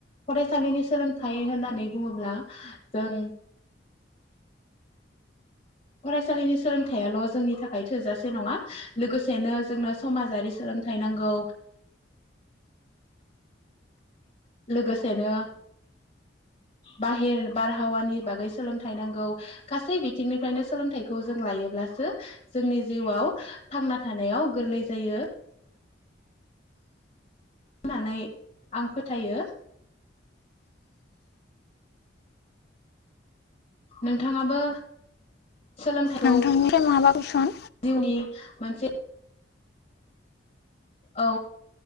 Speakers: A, on the left; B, on the left.
A: फरायसालिनि सोलोंथाइ होननानै बुङोब्ला जों फरायसालिनि सोलोंथायाइल' जोंनि थाखाय थोजासे नङा लोगोसेनो जोंनो समाजारि सोलोंथाइ नांगौ लोगोसेनो बाहेर बारहावानि बागै सोलोंथाइ नांगौ गासै बिथिंनिफ्रायनो सोलोंथाइखौ जों लायोब्लासो जोंनि जिउआव थांना थानायाव गोरलै जायो। होननानै आं फोथायो। नोंथाङाबो सोलोंथाइखौ
B: नोंथांनिफ्राय माबा कुइसन
A: जिउनि मोनसे औ